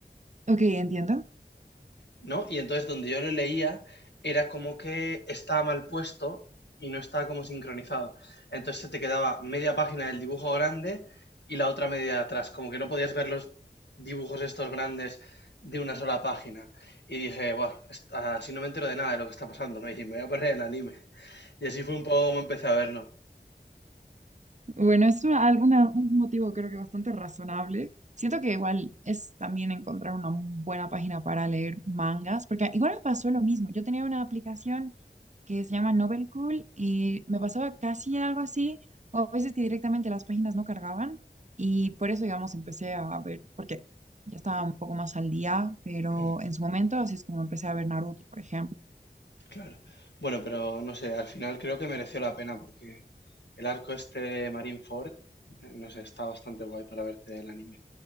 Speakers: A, on the right; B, on the left.
A: Ok, entiendo.
B: ¿no? Y entonces donde yo lo leía era como que estaba mal puesto y no estaba como sincronizado. Entonces se te quedaba media página del dibujo grande y la otra media de atrás, como que no podías ver los dibujos estos grandes de una sola página. Y dije, Buah, est- así no me entero de nada de lo que está pasando, me dije, me voy a perder el anime. Y así fue un poco como empecé a verlo.
A: Bueno, es una- alguna- un motivo creo que bastante razonable. Siento que igual es también encontrar una buena página para leer mangas, porque igual me pasó lo mismo. Yo tenía una aplicación que se llama Novel Cool y me pasaba casi algo así, o a veces que directamente las páginas no cargaban y por eso, digamos, empecé a ver, porque ya estaba un poco más al día, pero
B: <clears throat> Ujú,
A: en su momento así es como empecé a ver Naruto, por ejemplo.
B: Claro. Bueno, pero no sé, al final creo que mereció la pena porque el arco este de Marineford, eh, no sé, está bastante guay para verte el anime.